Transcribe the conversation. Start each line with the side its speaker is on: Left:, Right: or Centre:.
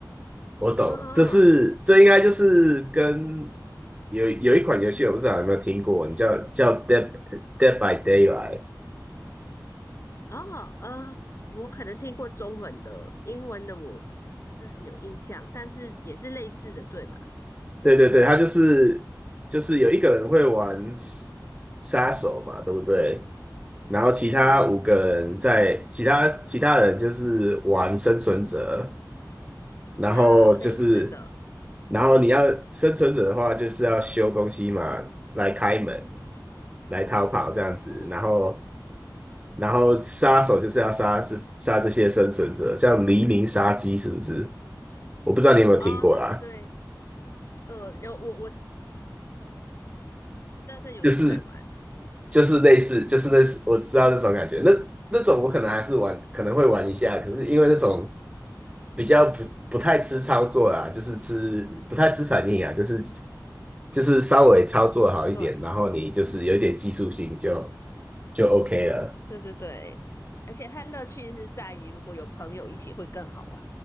Right: 我懂，
Left: 嗯嗯
Right: 这是这应该就是跟有有一款游戏，我不知道有没有听过，你叫叫 Dead Dead by Daylight。
Left: 嗯，哦呃，我可能听过中文的，英文的我不是很有印象，但是也是类似的，对嘛？
Right: 对对对，它就是就是有一个人会玩杀手嘛，对不对？然后其他五个人在其他其他人就是玩生存者，
Left: 嗯嗯嗯。
Right: 然后就是
Left: 啊，类似的，
Right: 然后你要生存者的话，就是要修东西嘛，来开门，来逃跑这样子，
Left: 嗯，
Right: 然后。然后杀手就是要杀是杀这些生存者，像黎明杀机是不是？我不知道你有没有听过啦，
Left: 哦，对对对，呃，有我我知道这游戏在玩，
Right: 就是
Left: 嗯，
Right: 就是类似就是类似，我知道那种感觉，那那种我可能还是玩可能会玩一下，可是因为那种比较不不太吃操作啦，就是吃不太吃反应啊，就是就是稍微操作好一点，
Left: 对
Right: 然后你就是有一点技术性就就 OK 了。
Left: 对对对，而且它乐趣是在于如果有朋友一起会更好玩，